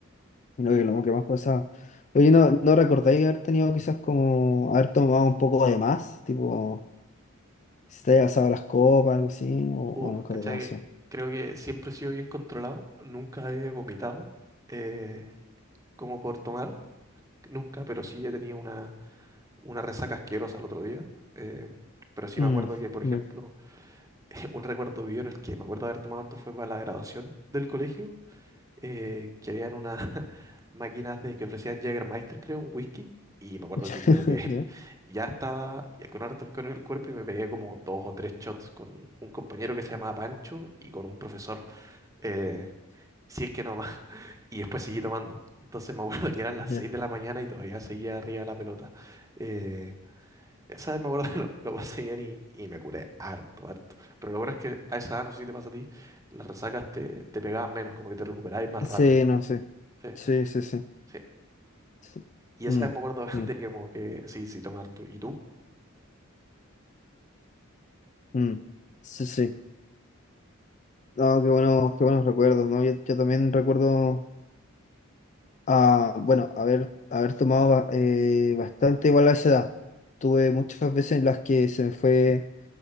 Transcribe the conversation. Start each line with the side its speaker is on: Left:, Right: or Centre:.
Left: creo que lo que más pasaba. Oye, ¿no, no recordáis haber tenido quizás como haber tomado un poco de más? Tipo, si te haya pasado las copas, algo así, o,
Right: Uh,
Left: o nunca
Right: ¿cachai?
Left: te pasó.
Right: Creo que siempre he sido bien controlado. Nunca he vomitado eh, como por tomar. Nunca, pero sí he tenido una, una resaca asquerosa el otro día. Eh, pero sí
Left: Mm,
Right: me acuerdo que, por ejemplo,
Left: ya.
Right: <laughs> un recuerdo vivo en el que me acuerdo de haber tomado harto fue para la graduación del colegio. eh, que habían unas <laughs> máquinas de que ofrecían Jägermeister, creo, un whisky. Y me acuerdo
Left: <laughs>
Right: que creo que
Left: Ya,
Right: <laughs> ya estaba ya con harto alcohol en el cuerpo y me pegué como dos o tres shots con un compañero que se llamaba Pancho y con un profesor. eh, si es que no más. <laughs> Y después seguí tomando. Entonces me acuerdo que eran las seis
Left: ya.
Right: de la mañana y todavía seguía arriba de la pelota. Eh, esa vez me acuerdo que <laughs> lo, lo pasé bien y, y me curé harto, harto. Pero lo bueno es que a esa edad, no sé si te pasa a ti, las resacas te, te pegaban menos, como que te recuperabas más
Left: Sí,
Right: rápido.
Left: no sé.
Right: Sí.
Left: Sí, sí, sí.
Right: Sí.
Left: sí.
Right: Y
Left: Mm,
Right: esa vez me acuerdo <laughs>
Left: mm,
Right: de que como que sí, sí, tomar tú. ¿Y tú?
Left: mm. Sí, sí. No, qué bueno, qué buenos recuerdos, ¿no? Yo, yo también recuerdo, ah, bueno, haber, haber tomado ba- eh, bastante igual a esa edad. Tuve muchas veces en las que se me fue